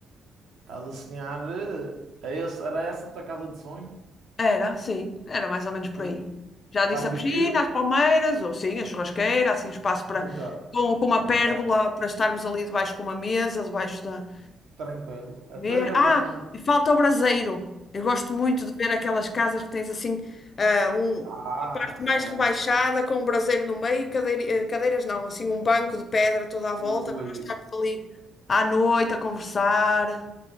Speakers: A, on the right; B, on the left.
A: Estás a sonhar? eh, é esse- Era essa a tua casa de sonho?
B: Era, sim, era mais ou menos por
A: Bar-
B: aí. Já
A: Barbecue?
B: disse a piscina, as palmeiras, ou sim, a churrasqueira, assim, espaço para
A: Então,
B: com, com uma
A: ok,
B: pérgola para estarmos ali debaixo com uma mesa, debaixo da
A: tranquilo. Então
B: ver.
A: eu já
B: Ah,
A: vou-te mandar.
B: e falta o braseiro. Eu gosto muito de ver aquelas casas que tens assim, ah, um
A: Ah,
B: parte mais
A: cara,
B: rebaixada,
A: cara.
B: com um braseiro no meio, cadeira- eh, cadeiras não, assim, um banco de pedra toda à volta
A: Oi.
B: para nós estarmos ali à noite a conversar.